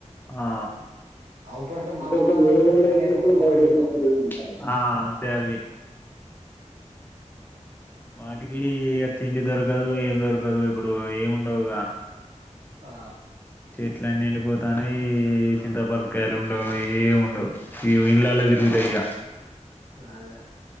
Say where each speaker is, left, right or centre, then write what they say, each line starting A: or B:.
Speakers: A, on the left; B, on the right.
A: ఆ
B: అవుపడతే
A: <unintelligible>
B: మంద మంద అవుపడతయి లేకపోతే ఒక్కటి కూడా అవుపడదు
A: అంతే అవి వాటికి ఇక తిండి దొరకదు ఏం దొరకదు ఇప్పుడు ఏమి ఉండవుగా
B: ఆ
A: ఇట్లా నిండిపోతానే ఈ చింతాపలకాయలు ఉండవు ఏమి ఉండవు ఈ ఇండ్లలల తిరుగుతాయి ఇక
B: అదే